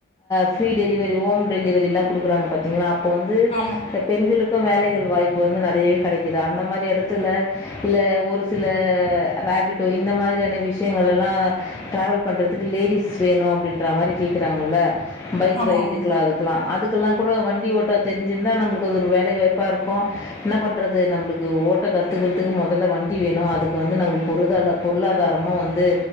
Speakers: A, on the left (about 15°); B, on the left (about 30°).
A: ஃப்ரீ டெலிவரி ஹோம் டெலிவரில்லா கொடுக்குறாங்க பாத்தீங்ளா இப்போ வந்து
B: ஆமா
A: பெண்களுக்கு வேலைகள் வாய்ப்பு வந்து நெறையவே கிடைக்குது அந்த மாரி எடத்துல இல்ல ஒரு சில ரேபிட்டோ இந்த மாரியான விஷயங்கள் எல்லா டிராவல் பண்றதுக்கு லேடிஸ் வேணு அப்டின்ற மாரி கேக்குறாங்கல பைக்
B: ஆமா
A: ரைடுக்குலா
B: ஆமா
A: அதுக்கலா அதுக் குல்லா கூட வண்டி ஓட்ட தெரிஞ்சிருந்தா நம்மளுக்கு அது ஒரு வேலைவாய்ப்பா இருக்கு என்ன பண்றது நம்ளுக்கு ஓட்ட காத் துகுறதுக்கு மொதல வண் டி வேணு அதுக்கு வந்து நாங்க பொருதாள பொருளாதாரமா வந்து